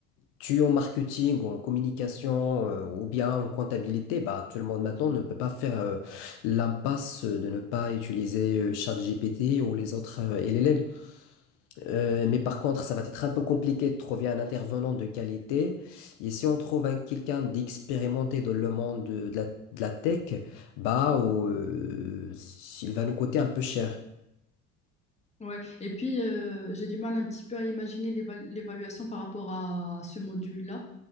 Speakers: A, on the left (about 75°); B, on the left (about 20°).
A: tu es en marketing, en communication, euh, ou bien en comptabilité, bah tout le monde maintenant ne peut pas faire euh, l'impasse de ne pas utiliser euh, ChatGPT ou les autres euh, LLM. Euh, mais par contre, ça va être un peu compliqué de trouver un intervenant de qualité. Et si on trouve un, quelqu'un d'expérimenté dans le monde de, de la, de la tech, bah, ou, euh, il va nous coûter un peu cher.
B: Ouais. Et puis, euh, j'ai du mal un petit peu à imaginer l'éva- l'évaluation par rapport à ce module-là.